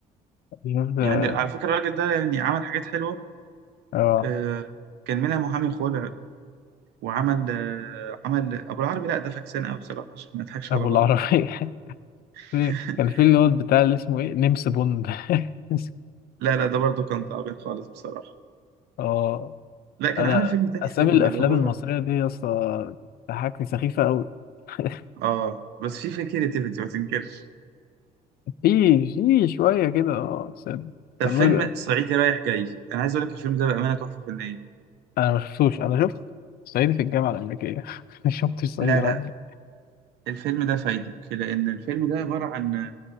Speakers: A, on the left (about 65°); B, on the right (about 85°).
A: شوف ده،
B: يعني على فكرة الراجل ده يعني عمل حاجات حلوة
A: آه
B: آه، كان منها محامي خلع وعمل آه، عمل ابو العربي لا ده فاكسان قوي بصراحة عشان ما نضحكش
A: أبو
B: على بعض
A: العربية <laughs>
B: <laughs>
A: في- كان في اللي هو بتاع اللي اسمه إيه نمس بوند <laughs>
B: لا لا ده برضه كان تعبان خالص بصراحة
A: آه
B: لا كان
A: أنا
B: عامل فيلم تاني
A: أسامي
B: حلو
A: الأفلام
B: اللي هو
A: المصرية دي يا اسطى ضحكني سخيفة أوي <laughs>
B: اه بس في في كريتيفيتي ما تنكرش
A: في في شوية كده اه بس
B: طب
A: الراجل
B: فيلم صعيدي رايح جاي انا عايز اقول لك الفيلم ده بامانه تحفه فنيه
A: انا ما شفتوش انا شفت صعيدي في الجامعه الامريكيه <laughs> ما شفتش صعيدي
B: لا
A: رايح
B: لا
A: جاي
B: الفيلم ده فايدك لان الفيلم ده عباره عن